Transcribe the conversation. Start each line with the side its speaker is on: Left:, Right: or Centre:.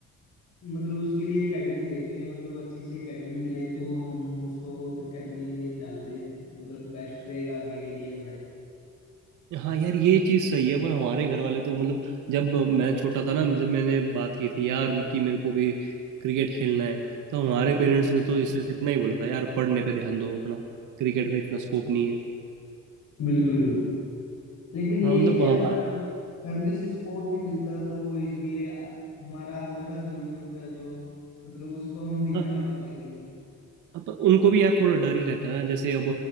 Left: मतलब उसके लिए एकेडमी देख रहे हैं मतलब अच्छी सी एकेडमी मिले तो हम उसको एकेडमी में डाल दें मतलब बेस्ट रहेगा आगे के लिए हमारे
Right: हाँ यार ये चीज़ सही है पर हमारे घर वाले तो मतलब जब मैं छोटा था ना जब मैंने बात की थी यार कि मेरे को भी क्रिकेट खेलना है तो हमारे
Left: हम्म,
Right: पेरेंट्स ने तो सिर्फ इतना ही बोला था यार पढ़ने पे ध्यान दो अपना क्रिकेट में इतना स्कोप नहीं है
Left: बिल्कुल बिल्कुल लेकिन यही
Right: हाँ मतलब
Left: है
Right: हमारा
Left: फैम, फैमिली से सपोर्ट नहीं मिलता तो इसलिए अ, हमारा अंदर का जुनून होता है जो मतलब उसको हम दिखा
Right: हाँ
Left: नहीं पाते कहीं
Right: हाँ, पर उनको भी यार थोड़ा डर ही रहता है ना जैसे अब